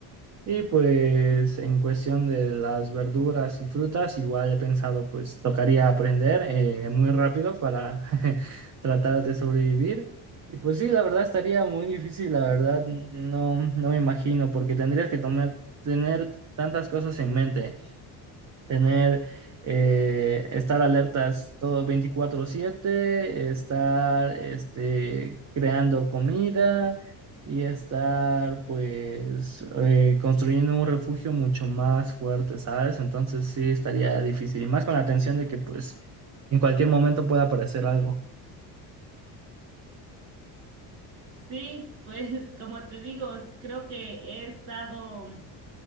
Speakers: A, on the right; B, on the right.
A: Y pues en cuestión de las verduras y frutas, igual he pensado, pues tocaría aprender eh, muy rápido para <laughs> tratar de sobrevivir. Y pues sí, la verdad estaría muy difícil, la verdad, no, no me imagino, porque tendrías que tomar, tener tantas cosas en mente tener, eh, estar alertas todo veinticuatro siete estar este, creando comida y estar pues eh, construyendo un refugio mucho más fuerte, ¿sabes? Entonces sí estaría difícil y más con la tensión de que pues en cualquier momento pueda aparecer algo.
B: Sí, pues <laughs> como te digo, s- creo que he estado